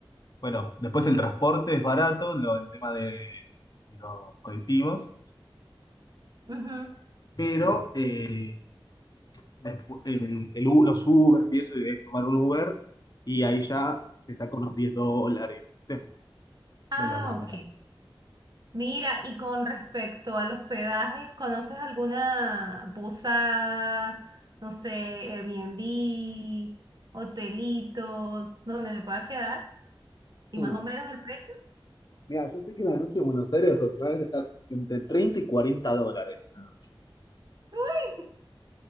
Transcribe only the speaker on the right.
Ujú.
Ah,
ok. Mira, y con respecto al hospedaje, ¿conoces alguna posada, no sé, Airbnb, hotelito, donde me pueda quedar? ¿Y
más o menos el precio?
Uy,